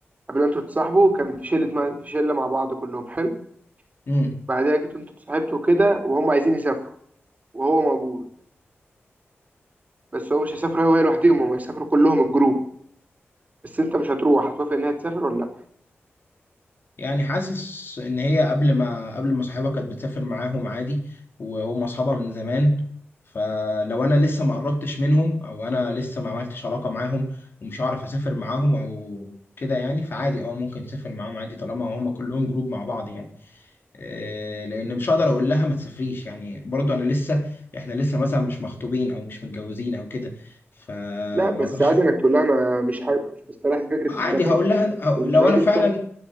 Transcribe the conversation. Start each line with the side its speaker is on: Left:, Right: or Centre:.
Right: قبل ما انتوا تتصاحبوا كان في شلة ما في شلة مع بعض كلهم حلو
Left: امم
Right: بعدها جيتوا انتوا اتصاحبتوا كده وهم عايزين يسافروا وهو موجود بس هو مش هيسافر هو وهي لوحدهم هم هيسافروا كلهم الجروب بس انت مش هتروح هتوافق انها تسافر ولا لا
Left: يعني حاسس ان هي قبل ما قبل ما صاحبها كانت بتسافر معاهم عادي وهم اصحابها من زمان فلو انا لسه ما قربتش منهم او انا لسه ما عملتش علاقه معاهم ومش هعرف اسافر معاهم او كده يعني فعادي اه ممكن تسافر معاهم عادي طالما هم كلهم جروب مع بعض يعني آه، لان مش هقدر اقول لها ما تسافريش يعني برضو انا لسه احنا لسه مثلا مش مخطوبين او مش متجوزين او كده فما
Right: لا بس
Left: اقدرش
Right: عادي انك تقول لها انا مش حابب مش مستريح لفكرة السفر
Left: عادي هقول لها هق-
Right: ومش
Left: لو
Right: عايزك
Left: انا فعلا
Right: تسافر